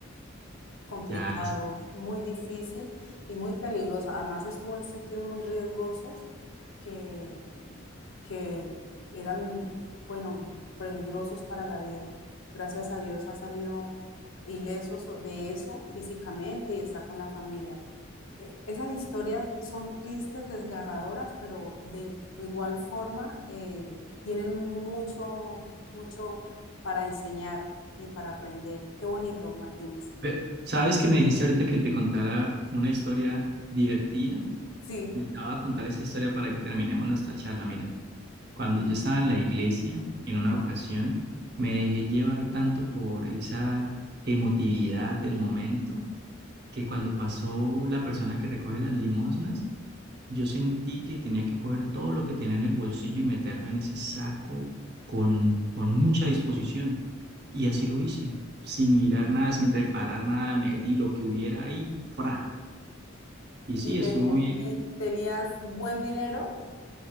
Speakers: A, on the left; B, on the right.
A: complicados,
B: Ya,
A: muy difícil y muy peligrosos. Además estuvo en sitios muy riesgosos que que eran, bueno, peligrosos para la vida. Gracias a Dios ha salido ileso so, de eso físicamente y está con la familia. Eh, Esas historias son tristes, desgarradoras, pero de igual forma eh, tienen mucho, mucho para enseñar y para aprender. Qué bonito, Martínez.
B: eh, sabes que me dijiste ahorita que te contara una historia divertida.
A: Sí,
B: Me estaba a contar esa historia para que terminemos nuestra charla. Mira, cuando yo estaba en la iglesia, en una ocasión, me dejé llevar tanto por esa emotividad del momento que cuando pasó la persona que recoge las limosnas, Yo sentí que tenía que coger todo lo que tenía en el bolsillo y meterlo en ese saco con, con mucha disposición. Y así lo hice, sin mirar nada, sin reparar nada, metí lo que hubiera ahí, fra. Y sí,
A: y, tenía-
B: estuvo bien
A: y tenías buen dinero.